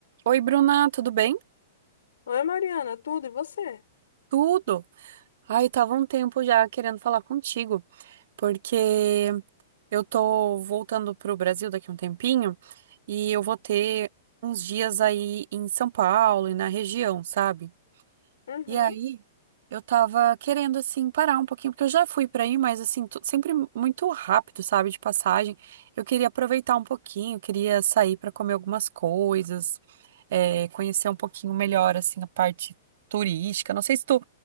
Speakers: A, on the right; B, on the left.
A: Oi, Bruna, tudo bem?
B: Oi, Mariana, tudo e você?
A: Tudo. Ai, tava um tempo já querendo falar contigo, porque eu tô voltando pro Brasil daqui a um tempinho e eu vou ter uns dias aí em São Paulo e na região, sabe?
B: Uhum.
A: E aí, eu tava querendo, assim, parar um pouquinho, porque eu já fui pra aí, mas, assim, tu- sempre muito rápido, sabe, de passagem. Eu queria aproveitar um pouquinho, queria sair pra comer algumas coisas, é, conhecer um pouquinho melhor, assim, a parte turística. Não sei se tu